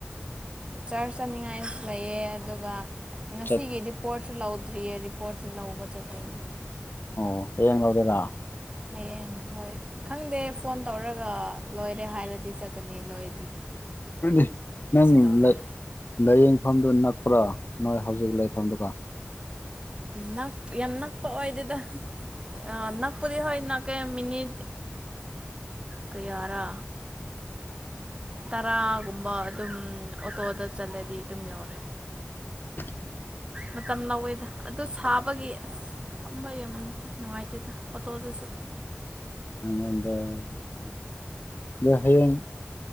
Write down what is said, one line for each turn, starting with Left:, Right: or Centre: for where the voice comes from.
Right: ꯆꯔꯁ ꯆꯠꯅꯤꯡꯉꯥꯏ ꯂꯩꯑꯦ ꯑꯗꯨꯒ ꯉꯁꯤꯒꯤꯗꯤ
Left: ꯆꯠ
Right: ꯄꯣꯠꯇ ꯁꯨ ꯂꯧꯗ꯭ꯔꯤꯌꯦ ꯔꯤꯄꯣꯔꯠꯁꯨ ꯂꯧꯕ ꯆꯠꯇꯣꯏꯅꯦ
Left: ꯑꯣ ꯍꯌꯦꯡ ꯂꯧꯗꯣꯏꯔꯥ
Right: ꯍꯌꯦꯡ ꯍꯣꯏ ꯈꯪꯗꯦ ꯐꯣꯟ ꯇꯧꯔꯒ ꯂꯣꯏꯔꯦ ꯍꯥꯏꯔꯗꯤ ꯆꯠꯀꯅꯤ ꯂꯣꯏ
Left: ꯅꯤ ꯅꯪ
Right: ꯇꯧꯔꯦ
Left: ꯂꯥ ꯂꯥꯏꯌꯦꯡꯐꯝꯗꯣ ꯅꯛ ꯄ꯭ꯔꯥ ꯅꯣꯏ ꯍꯧꯖꯤꯛ ꯂꯩꯐꯝꯗꯨꯒꯥ
Right: ꯅꯛ ꯌꯥꯝ ꯅꯛꯄ ꯑꯣꯏꯗꯦꯗ ꯑꯥ ꯅꯛꯄꯨꯗꯤ ꯍꯣꯏ ꯅꯛꯑꯦ ꯃꯤꯅꯤꯠ ꯀꯌꯥꯔꯥ ꯇꯔꯥꯒꯨꯝꯕ ꯑꯗꯨꯝ ꯑꯣꯇꯣꯗ ꯆꯠꯂꯗꯤ ꯑꯗꯨꯝ ꯌꯧꯔꯦ
Left: ꯑꯣ
Right: ꯃꯇꯝ ꯂꯧꯋꯦꯗ ꯑꯗꯣ ꯁꯥꯕꯒꯤ ꯑꯁ ꯐꯝꯕꯩ ꯑꯃꯨꯛ ꯅꯨꯡꯉꯥꯏꯇꯦꯗ ꯑꯣꯇꯣꯗꯨꯁꯨ
Left: ꯅꯉꯣꯟꯗ ꯍꯌꯦꯡ